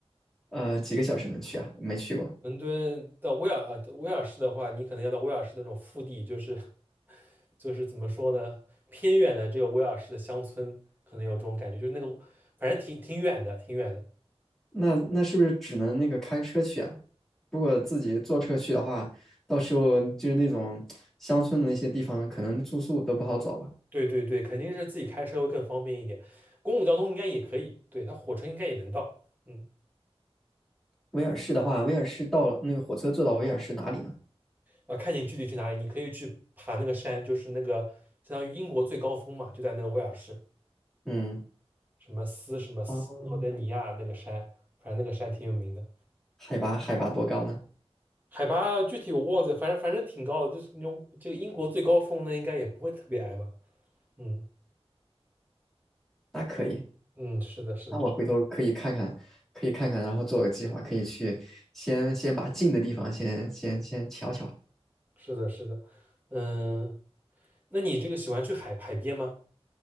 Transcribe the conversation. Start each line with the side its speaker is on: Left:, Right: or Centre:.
Centre: 呃，几个小时能去啊？没去过。
Right: 伦敦到威尔呃威尔士的话，你可能要到威尔士那种腹地，就是就是怎么说呢，偏远的这个威尔士的乡村，可能有这种感觉，就是那个反正挺挺远的，挺远的。
Centre: 那那是不是只能那个开车去啊？如果自己坐车去的话，到时候就是那种乡村的那些地方，可能住宿都不好找吧。
Right: 对对对，肯定是自己开车会更方便一点，公共交通应该也可以，对，它火车应该也能到，嗯，
Centre: 威尔士的话，威尔士到了那个火车坐到威尔士哪里呢？
Right: 啊，看你具体去哪里，你可以去爬那个山，就是那个相当于英国最高峰嘛，就在那个威尔士，
Centre: 嗯，
Right: 什么斯什么斯诺登尼亚那个山，
Centre: 哦，
Right: 反正那个山挺有名的，
Centre: 海拔海拔多高呢？
Right: 海拔具体我忘记了，反正反正挺高的，就是那种这个英国最高峰呢，应该也不会特别矮吧？嗯
Centre: 那可以，
Right: 嗯，是的，是的，
Centre: 那我回头可以看看，可以看看，然后做个计划，可以去先先把近的地方先先先瞧瞧。
Right: 是的，是的，嗯，那你这个喜欢去海海边吗？